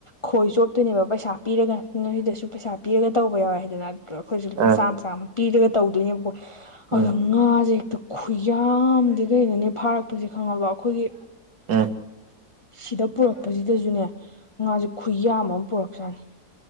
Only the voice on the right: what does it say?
ꯑꯥ
ꯎꯝ
ꯎꯝ